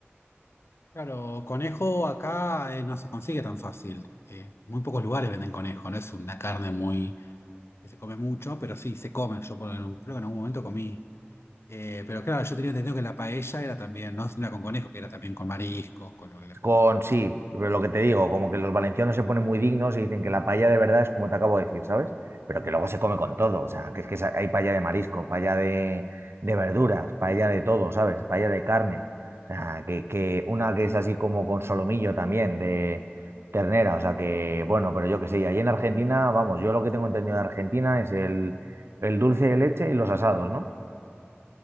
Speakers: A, on the left (about 70°); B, on the right (about 70°).
A: Claro, conejo acá eh, no se consigue tan fácil. Eh, muy pocos lugares venden conejo, no es una carne muy que se come mucho, pero sí, se come. Yo por- creo que en algún momento comí. Eh, pero claro, yo tenía entendido que la paella era también, no la con conejo, que era también con mariscos, con lo que le pongas,
B: Con
A: no
B: sí,
A: sé.
B: pero lo que te digo, como que los valencianos se ponen muy dignos y dicen que la paella de verdad es como te acabo de decir, ¿sabes? Pero que luego se come con todo, o sea, que es que sa- hay paella de marisco, paella de, de verduras, paella de todo, ¿sabes? Paella de carne, o sea, que, que una que es así como con solomillo también, de ternera, o sea, que bueno, pero yo qué sé, y ahí en Argentina, vamos, yo lo que tengo entendido de Argentina es el, el dulce de leche y los asados, ¿no?